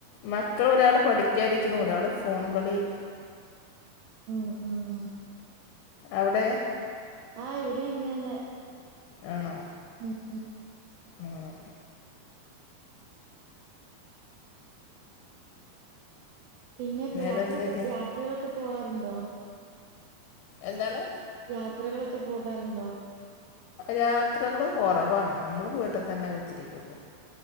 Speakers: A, on the left; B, on the right.
A: മക്കൾ ഒരാള് പഠിക്കാരിക്കുണു ഒരാള് ഫോണ് കളി
B: ഉം ഉം.
A: അവിടെ
B: ആഹ് ഇവിടെ ഇങ്ങനെ നന്നെ.
A: ആന്നോ?
B: ഉം ഉം.
A: ആഹ്.
B: പിന്നെ ഇപ്പം
A: വേറെ
B: യാത്രൊക്കെ
A: എന്തൊക്കെയാ
B: യാത്രകളൊക്കെ പോവാറുണ്ടോ?
A: എന്താണ്?
B: യാത്രകളൊക്കെ പോകാറുണ്ടോ?
A: യാത്രകള് കൊറവാണ് നമ്മള് വീട്ട് തന്നെ കുത്തിരിക്കുള്ളൂ.